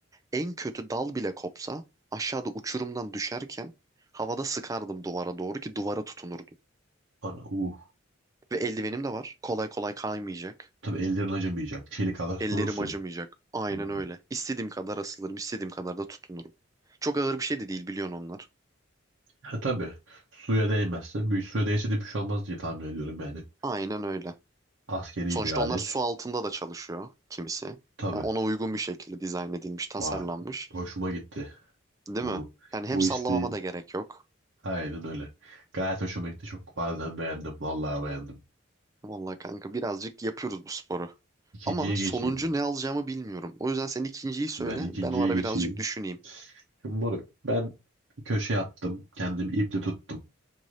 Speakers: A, on the right; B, on the right.
A: En kötü dal bile kopsa aşağıda uçurumdan düşerken havada sıkardım duvara doğru ki duvara tutunurdum.
B: Ana uh.
A: Ve eldivenim de var. Kolay kolay kaymayacak.
B: Tabii ellerin acımayacak. Çelik halat tutunursun.
A: Ellerim acımayacak. Aynen
B: Hmm.
A: öyle. İstediğim kadar asılırım, istediğim kadar da tutunurum. Çok ağır bir şey de değil biliyorsun onlar.
B: Ha tabii. Suya değmezse. Büyük suya değse de bir şey olmaz diye tahmin ediyorum yani.
A: Aynen öyle.
B: Askeri
A: Sonuçta
B: bir alet.
A: onlar su altında da çalışıyor kimisi.
B: Tabii.
A: Yani ona uygun bir şekilde dizayn edilmiş, tasarlanmış.
B: Bak, hoşuma gitti.
A: Değil
B: Bu
A: mi? Yani hem
B: bu
A: sallamama
B: isteğin.
A: da gerek yok.
B: Aynen öyle. Gayet hoşuma gitti. Çok harbiden beğendim. Vallahi beğendim.
A: Vallahi kanka birazcık yapıyoruz bu sporu.
B: İkinciye
A: Ama sonuncu
B: geçeyim.
A: ne alacağımı bilmiyorum. O yüzden sen ikinciyi söyle.
B: Ben ikinciye
A: Ben o ara
B: geçeyim.
A: birazcık düşüneyim.
B: Şimdi moruk, ben köşeye attım. Kendimi iple tuttum.